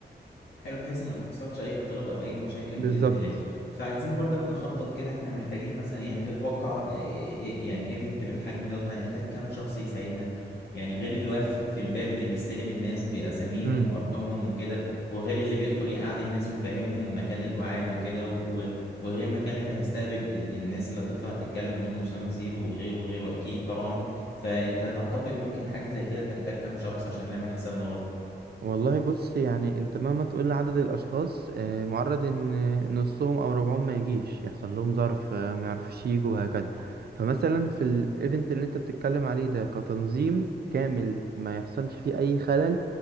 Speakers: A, on the left (about 65°); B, on the right (about 60°).
A: حلو بحيث ان ما تحصلش اي اختلاط او اي مشاكل
B: بالظبط
A: باذن الله فعايزين برضك نخطط كده احنا محتاجين مثلا يعني تتوقع إيه- إيه- إيه، يعني ايفنت بالحجم دوت هنحتاج كام شخص يساعدنا يعني غير اللي واقف في الباب اللي بيستلم الناس باساميهم
B: امم
A: وارقامهم وكده وغير اللي بيدخل يقعد الناس ويفهمهم مكان القعاد وكده و- وغير مكان اللي هيستقبل ال- الناس اللي هتطلع تتكلم منه اسامه الزيرو وغيره وغيره اكيد طبعا فانت تعتقد ممكن حاجه زي كده تحتاج كام شخص عشان نعمل حسابنا
B: والله بص
A: برضه
B: يعني انت مهما تقول لعدد الاشخاص آه، معرض ان نصهم او ربعهم ما يجيش يحصل لهم ظرف آه، ما يعرفوش يجوا وهكذا فمثلا في الايفنت اللي انت بتتكلم عليه ده كتنظيم كامل ما يحصلش فيه اي خلل